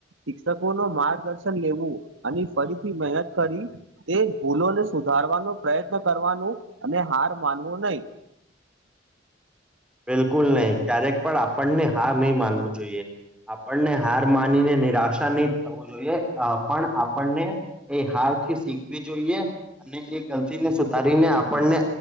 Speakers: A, on the right; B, in the centre.
A: શિક્ષકો ન માર્ગદર્શન લેવું, અને ફરીથી મહેનત કરી તે ભૂલોને સુધાર માવાનો પ્રયત્ન કરવાનું અને હાર માનવો નહી.
B: બિલકુલ નહીં ક્યારેક પણ આપણને હાર નહી માનવું જોઈએ. આપણને હાર માનીને નિરાશા નહી થવું જોઈએ પણ આપણને એ હાર શીખવી જોઈએ, અને એ ગતીને સુધારીને આપણને